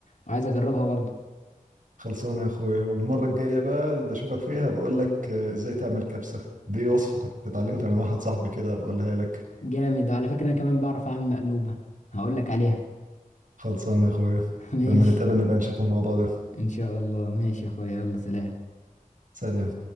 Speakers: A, on the left; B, on the right.
A: وعايز اجربها برضه
B: خلصانه يا اخويا والمره الجايه بقى اللي اشوفك فيها بقول لك آه، ازاي تعمل كبسه دي وصفه كنت اتعلمتها من واحد صاحبي كده بقولها لك
A: جامد وعلى فكرة انا كمان بعرف اعمل مقلوبة هقول لك عليها
B: خلصانه يا اخويا
A: <laughs> ماشي
B: لما نتقابل نبقى نشوف الموضوع ده
A: ان شاء الله ماشي يا اخويا يلا سلام
B: سلام